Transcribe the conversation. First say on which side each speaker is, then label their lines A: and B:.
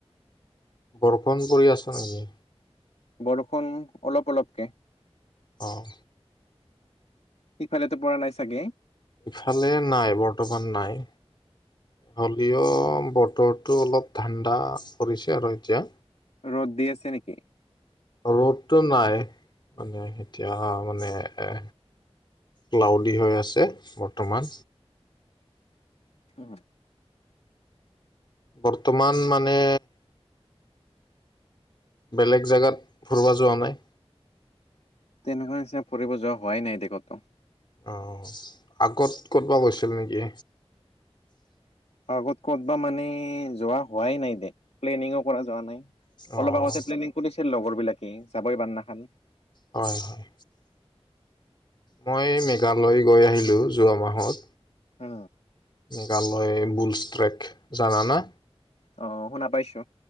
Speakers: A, on the left; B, on the left.
A: বৰষূণ পৰি আছে নেকি?
B: বৰষুণ অলপ অলপকে।
A: অহ।
B: ইফালেতো পৰা নাই চাগে?
A: ইফালে নাই বৰ্তমান নাই, হল ইঅ বতৰটো অলপ ঠাণ্ডা কৰিছে আৰু এতিয়া।
B: ৰ'দ দি আছে নেকি?
A: ৰ'দতটো নাই মানে এতিয়া মানে এ ক্লাউডি হৈ আছে বৰ্তমান।
B: উ।
A: বৰ্তমান মানে বেলেগ জেগাত ফুৰিব যোৱা নাই?
B: তেনেকুৱা নিচিনা ফুৰিব যোৱা হোৱাই নাই দে কতো।
A: অ, আগত ক'তবা গৈছিল নিকি?
B: আগত ক'তব মানে যোৱা হোৱাই নাই দে, প্লানিং কৰা যোৱা নাই।
A: অঁ
B: অলপ আগতে প্লেনিং কৰিছিল লগৰ বিলাকে যাবই বান নাখান।
A: হয়, হয়, মই মেঘালয় গৈ আহিলোঁ যোৱা মাহত।
B: হু
A: মেঘালয় বোল ট্ৰেক জানা না?
B: অ শুনা পাইছো।